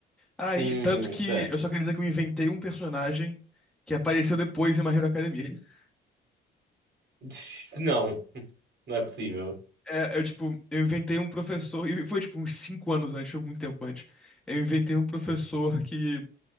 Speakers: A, in the centre; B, on the right.
A: Aí,
B: Hum,
A: tanto que
B: certo.
A: eu só queria dizer que eu inventei um personagem que apareceu depois em My Hero Academia. <laughs>
B: <laughs> Não, não é possível.
A: É, eu, tipo, eu inventei um professor, e foi, tipo, uns cinco anos antes, foi muito tempo antes. Eu inventei um professor que